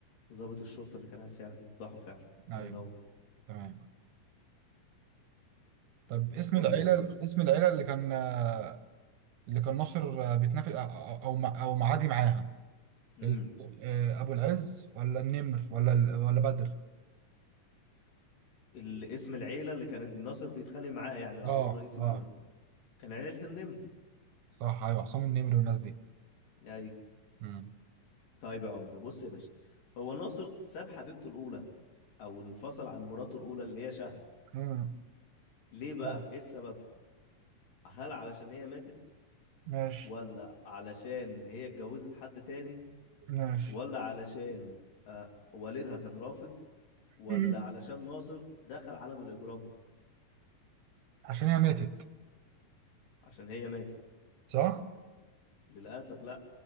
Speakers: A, on the left; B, on the right.
A: ضابط الشرطة اللي كان عايز يعرف يفضحه فعلا
B: ايوه
A: الله ينور
B: تمام طب اسم
A: قول
B: العيله
A: لي يا كبير
B: اسم العيله اللي كان آه، اللي كان ناصر آه، بيتنافس او او او مع- أو معادي معاها
A: امم
B: ال- آه، ابو العز ولا النمر ولا ال- ولا بدر
A: الاسم العيلة اللي كان ناصر بيتخانق معاها يعني العدو
B: اه
A: الرئيسي
B: اه
A: ما كان عيلة النمر
B: صح ايوه عصام النمر والناس دي
A: يعني
B: امم
A: طيب يا عمدة بص يا باشا هو ناصر ساب حبيبته الأولى أو انفصل عن مراته الأولى اللي هي شهد
B: أمم.
A: ليه بقى
B: طيب،
A: إيه السبب هل علشان هي ماتت
B: ماشي
A: ولا علشان هي اتجوزت حد تاني
B: ماشي
A: ولا علشان آه والدها كان رافض ولا
B: أمم.
A: علشان ناصر دخل عالم الإجرام
B: عشان هي ماتت
A: عشان هي ماتت
B: صح
A: للأسف لا